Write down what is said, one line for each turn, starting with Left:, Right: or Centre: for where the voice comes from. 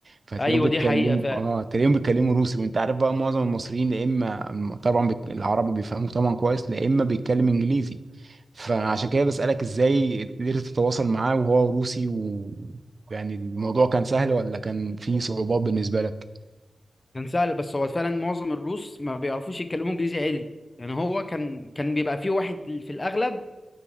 Right: فتلاقيهم
Left: ايوه
Right: بيتكلموا
Left: دي حقيقة فعلا
Right: اه تلاقيهم بيتكلموا روسي وانت عارف بقى معظم المصريين يا اما طبعا بيت- العربي بيفهموا طبعا كويس يا اما بيتكلم انجليزي فعشان كده بسألك ازاي قدرت تتواصل معاه وهو روسي و يعني الموضوع كان سهل ولا كان فيه صعوبات بالنسبة لك؟
Left: كان سهل بس هو فعلا معظم الروس ما بيعرفوش يتكلموا انجليزي عدل يعني هو كان كان بيبقى فيه واحد في الاغلب